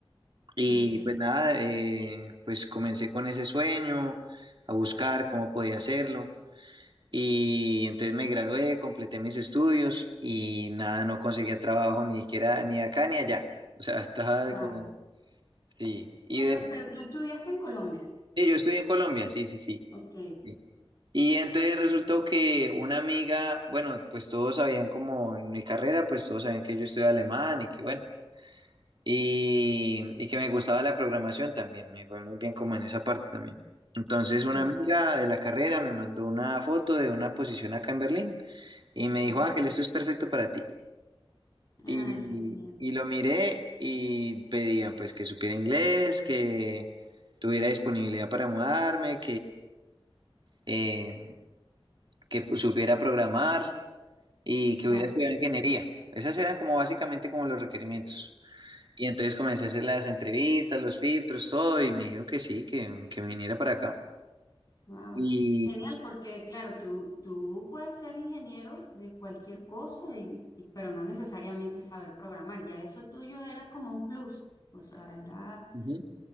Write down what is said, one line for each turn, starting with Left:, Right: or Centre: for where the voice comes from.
Right: Y
Left: Ok,
Right: pues nada, eh, pues comencé con ese sueño, a buscar cómo podía hacerlo. Y entonces me gradué, completé mis estudios y nada, no conseguía trabajo ni siquiera ni acá ni allá. O sea, <laughs> estaba
Left: wow.
Right: como, sí. Y
Left: Pero,
Right: des-
Left: pero tú estudiaste en Colombia.
Right: Sí, yo estudié en Colombia, sí, sí, sí.
Left: Ok,
Right: Sí. Y entonces resultó que una amiga, bueno, pues todos sabían como en mi carrera, pues todos sabían que yo estudié alemán y que bueno, y, y que me gustaba la programación también, me fue muy bien como en esa parte también. Entonces una
Left: ya.
Right: amiga de la carrera me mandó una foto de una posición acá en Berlín y me
Left: ujú.
Right: dijo, Ángel, esto es perfecto para ti.
Left: Ay,
Right: Y,
Left: genial.
Right: y lo miré y pedía pues que supiera inglés, que tuviera disponibilidad para mudarme, eh, que supiera programar y que
Left: Claro.
Right: hubiera estudiado ingeniería. Esas eran como básicamente como los requerimientos. Y entonces comencé a hacer las entrevistas, los filtros, todo, y me dijeron que sí, que, que viniera para acá.
Left: Wow.
Right: Y
Left: Genial, porque claro, tú, tú puedes ser ingeniero de cualquier cosa, y, y- pero no necesariamente saber programar. Ya eso tuyo era como un plus, o sea, era
Right: ujú,